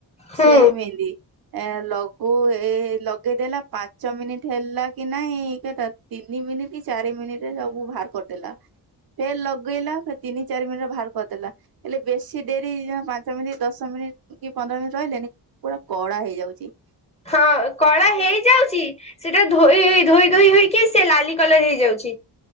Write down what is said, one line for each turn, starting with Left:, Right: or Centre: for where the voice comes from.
Left: ହୁଁ
Right: ସେଇ ମେହେ ଦି ଏ ଲଗୁ ଏ ଲଗେଇଦେଲା ପାଞ୍ଚ ମିନିଟ୍ ହେଲା କି ନାଇଁ ଏ କା ତିନି ମିନିଟ ଚାରି ମିନିଟରେ ସବୁ ବାହାର କରିଦେଲା। ଫେର ଲଗେଇଲା ଫେର ତିନି ଚାରି ମିନିଟ ଭାଆର କରିଦେଲା। ହେଲେ ବେଶୀ ଡେରି ଯମା ପାଞ୍ଚ ମିନିଟ୍ ଦଶ ମିନିଟ୍ କି ପନ୍ଦର ମିନିଟ ରହିଲେନି। ପୁରା କଳା ହେଇଯାଉଚି।
Left: ହଁ କଳା ହେଇଯାଉଚି। ସେଇଟା ଧୋଇ ହେଇ ହେଇ ଧୋଇ ଧୋଇ ହୋଇକି ସେ ଲାଲି କଲର ହେଇଯାଉଛି।